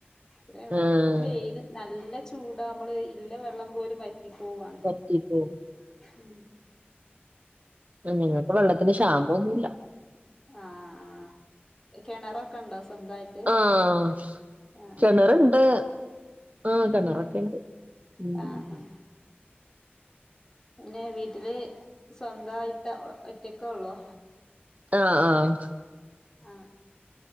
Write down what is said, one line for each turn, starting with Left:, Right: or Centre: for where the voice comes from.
Left: അത്രേള്ളൂ
Right: ആഹ് ആഹ്
Left: വെയില് നല്ല ചൂടാ നമ്മള് ഇള്ള വെള്ളം പോലും വറ്റി ക്കി പോവാണ്.
Right: പറ്റിപ്പോവും
Left: ഉം
Right: ആ ഞങ്ങൾക്ക് വെള്ളത്തിന് ക്ഷാമൊന്നുംല്ല.
Left: ആഹ ആ കിണറൊക്കെ ഉണ്ടോ. സ്വന്തായിട്ട്.
Right: ആഹ്
Left: ആ
Right: കിണറുണ്ട് ആഹ് കിണറൊക്കെ
Left: ഉ
Right: ഉണ്ട് ഉം
Left: ആ ആ പിന്നെ വീട്ടില് സ്വന്തായിട്ട്, ഒറ്റക്കുള്ളോ.
Right: ആഹ ആഹ
Left: ആ